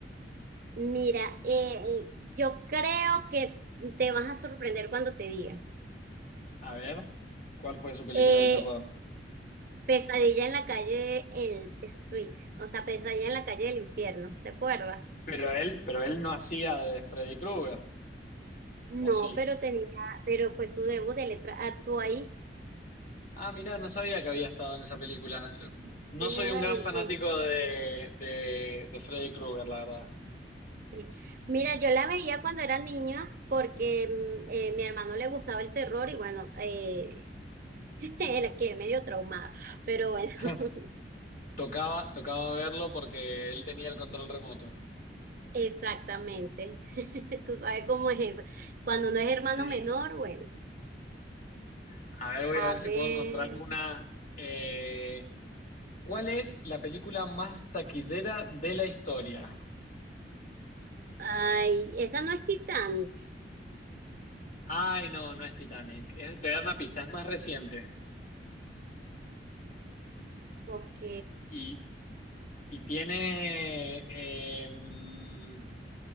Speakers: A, on the right; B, on the left.
A: mira, eh, eh, yo creo que te vas a sorprender cuando te diga.
B: A ver, ¿cuál fue su película
A: Eh,
B: de terror?
A: Pesadilla en la calle, el Street, o sea, Pesadilla en la calle del infierno, ¿te acuerdas?
B: Pero él, pero él no hacía de Freddy Krueger,
A: No,
B: ¿o sí?
A: pero tenía, pero fue su debut de letra. Actuó ahí.
B: Ah, mira, no sabía que había estado en esa película.
A: Sí,
B: No
A: señor.
B: soy un gran
A: en-
B: fanático
A: en-
B: de, de, de Freddy Krueger, la verdad.
A: sí. Mira, yo la veía cuando era niña porque mm, eh, mi hermano le gustaba el terror y bueno, eh, <laughs> era que medio traumada. Pero bueno, <laughs>
B: <laughs> Tocaba, tocaba verlo porque él tenía el control remoto.
A: exactamente. <laughs> Tú sabes cómo es eso. Cuando no es hermano
B: Sí.
A: menor, bueno,
B: A ver, voy
A: a
B: a ver si
A: ver.
B: puedo encontrar una. eh, ¿Cuál es la película más taquillera de la historia?
A: Ay, esa no es Titanic.
B: Ay, no, no es Titanic. Es- te voy a dar una pista, es más reciente.
A: Ok.
B: Y, y tiene... em,